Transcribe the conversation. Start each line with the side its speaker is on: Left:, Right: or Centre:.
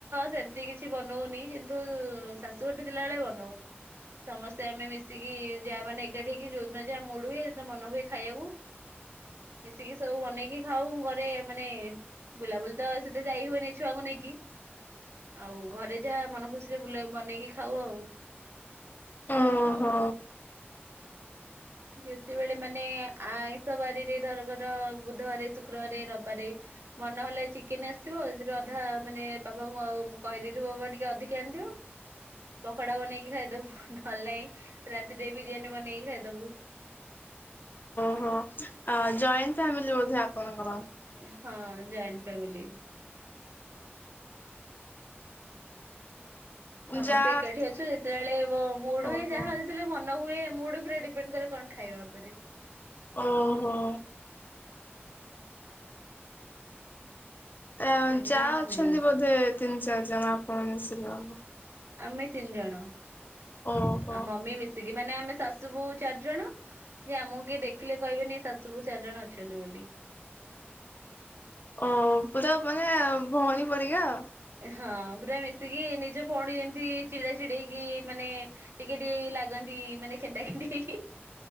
Right: ସେମତି କିଛି ବନଉନି କିନ୍ତୁ ଶାଶୁଘର ଠି ଥିଲା ବେଳେ ବନଉ। ସମସ୍ତେ ଆମେ ମିଶିକି ଜା ମାନେ ଏକାଠି ହେଇକି ଯୋଉଦିନ ଯାହା ମୁଡ୍ ହୁଏ ସେଦିନ ମନ ହୁଏ ଖାଇବାକୁ। ମିଶିକି ସବୁ ବନେଇକି ଖାଉ ଘରେ। ମାନେ ବୁଲାବୁଲି ତ ସେତେ ଯାଇ ହୁଏନି। ଛୁଆକୁ ନେଇକି ଆଉ ଘରେ ଯାହା ମନ ଖୁସିରେ ବୁଲା ବନେଇକି ଖାଉ ଆଉ।
Left: ଓହୋ।
Right: ଯେତେବେଳେ ମାନେ ଆଇଁଷ ବାରିରେ ଧରକର ବୁଧବାରେ ଶୁକ୍ରବାରେ ରବିବାରେ ମନ ହେଲା ଚିକେନ ଆସିଥିବ ସେଥିରେ ଅଧା ମାନେ ବାପାଙ୍କୁ କହିଦେଇଥିବ ବାପା ଟିକେ ଅଧିକା ଆଣିଥିବ। ପକୋଡା ବନେଇକି ଖାଇଦବୁ। ନହେଲେ ନାହିଁ ରାତିରେ ବିରିୟାନୀ ବନେଇକି ଖାଇଦବୁ।
Left: ଓହୋ। ଜଏଣ୍ଟ ଫ୍ୟାମିଲି ବୋଧେ ଆପଣଙ୍କର?
Right: ହଁ ଜଏଣ୍ଟ ଫ୍ୟାମିଲି। ସମସ୍ତେ
Left: ଯା
Right: ଏକାଠି ଅଛୁ ଯେତେବେଳେ ମୋ ମୁଡ
Left: ଓହୋ
Right: ହୁଏ ଯାହା ହେଲେ ମନ ହୁଏ ମୁଡ଼୍ ଉପରେ ଡିପେଣ୍ଡ କରେ କଣ ଖାଇବା ଉପରେ।
Left: ଓହୋ। ଆ
Right: ସେମିତି
Left: ଯା
Right: କିଛି
Left: ଅଛନ୍ତି
Right: ନାହିଁ
Left: ବୋଧେ ତିନି ଚାରି ଜଣ ଆପଣ ମିଶିକି ହବ।
Right: ଆମେ ତିନି ଜଣ।
Left: ଓହୋ
Right: ଆଉ ମମି ମିଶିକି ମାନେ ଆମେ ଶାଶୁ ବହୂ ଚାରି ଜଣ। ଯେ ଆମକୁ କିଏ ଦେଖିଲେ କହିବେନି ଏ ଶାଶୁ ବୋହୁ ଚାରି ଜଣ ଅଛନ୍ତି ବୋଲି।
Left: ଓ ପୁରାମାନେ ଭଉଣୀ ପରିକା।
Right: ହଁ ପୁରା ମିଶିକି ନିଜ ଭଉଣୀ ଯେମତି ଚିଡା ଚିଡେଇକି ମାନେ ଟିକେ ଟିକେ ଲାଗନ୍ତି ମାନେ ଖେଣ୍ଟା ଖେଣ୍ଟି ହେଇକି